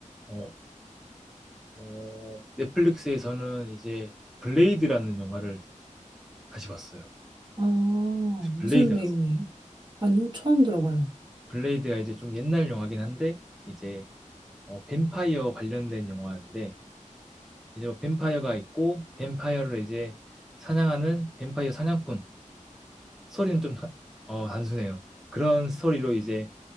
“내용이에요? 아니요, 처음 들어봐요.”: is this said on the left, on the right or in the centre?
Right